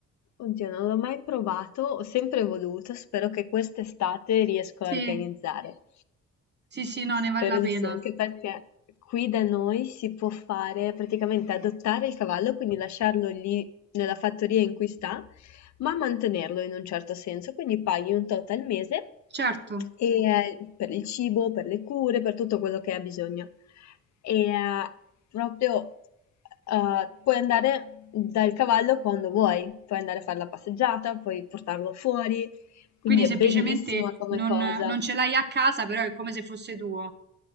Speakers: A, on the left; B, on the right.
A: Oddio, non l'ho mai provato, ho sempre voluto, spero che quest'estate riesco
B: Sì.
A: a organizzare.
B: Sì, sì, no,
A: Spero
B: ne vale la pena.
A: di sì, anche perché qui da noi si può fare praticamente adottare il cavallo, quindi lasciarlo lì nella fattoria in cui sta, ma mantenerlo in un certo senso, quindi paghi un tot al mese
B: Certo.
A: e, eh, per il cibo, per le cure, per tutto quello che ha bisogno e eh, proprio eh, puoi andare dal cavallo quando vuoi, puoi andare a fare la passeggiata, puoi portarlo fuori, quindi
B: Quindi
A: è
B: semplicemente
A: bellissima come
B: non,
A: cosa.
B: non ce l'hai a casa, però è come se fosse tuo.